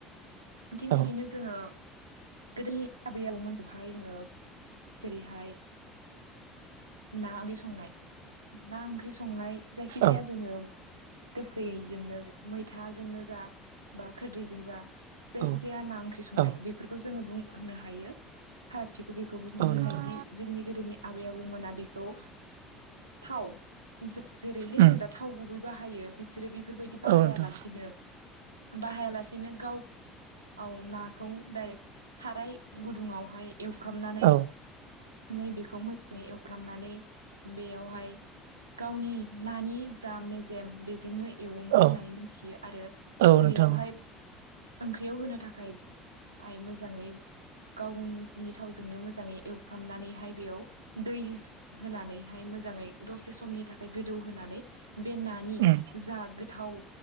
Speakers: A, on the right; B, on the right.
A: थिग
B: औ
A: बिदिनो जोङो गोदोनि आबै आबौमोनखौहाय जोङो जेरैहाय ना ओंख्रि संनाय ना ओंख्रि संनाय जायखि
B: औ
A: जाया जोङो गोखैजोंनो मै थाजोंनो जा बा खोरदैजों जा जायखि
B: औ
A: जाया ना ओंख्रि संनाय
B: औ
A: बेफोरखौ जोङो बुं होनो हायो हाथ खाथिखौ बेखौ बुंनो
B: औ नोंथां
A: हायोदि जोंनि गोदोनि आबै आबौमोना बेखौ थाव जो जेरैहाय
B: उम
A: जों दा थाव गुबै बा बाहायो बिसोरो बेफोरबायदि बाहाया
B: औ नोंथां
A: लासेनो बाहाया लासेनो गाव आव नाखौ डाइरेक्ट साराय गुदुङावहाय एवफ्रामनानै
B: औ
A: नैबेखौ मोजाङै एवफ्रामनानै बेयावहाय गावनि नानि जा मेजेम बेजोंनो एवोमोन
B: औ
A: होननानै मिथियो आरो
B: औ नोंथां
A: बेयावहाय ओंख्रियाव होनो थाखाय आइ मोजाङै गावनि थावजोंनो मोजाङै एवफ्रामनानैहाय बेयाव दै होनानैहाय मोजाङै दसे समनि थाखाय गोदौ होनानै बे नानि
B: उम
A: जा गोथाव